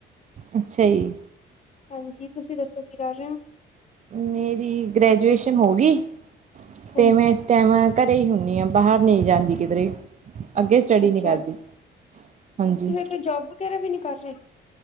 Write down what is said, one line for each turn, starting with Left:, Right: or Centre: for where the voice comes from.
Right: ਅੱਛਾ ਜੀ।
Left: ਹਾਂਜੀ ਤੁਸੀਂ ਦੱਸੋ, ਕੀ ਕਰ ਰਹੇ ਓ?
Right: ਮੇਰੀ ਗ੍ਰੈਜੂਏਸ਼ਨ ਹੋ ਗਈ ਅਤੇ
Left: ਹਾਂਜੀ
Right: ਮੈਂ ਇਸ ਤੇ ਮੈਂ ਘਰੇ ਹੀ ਹੁੰਦੀ ਹਾਂ ਬਾਹਰ ਨਹੀਂ ਜਾਂਦੀ ਕਿਧਰੇ ਵੀ ਅੱਗੇ ਸਟੱਡੀ
Left: ਅੱਛਾ
Right: ਨਹੀਂ ਕਰਦੀ, ਹਾਂਜੀ।
Left: ਤੁਸੀਂ ਫਿਰ ਕੋਈ ਜੋਬ ਵਗੈਰਾ ਵੀ ਨਹੀ ਕਰ ਰਹੇ।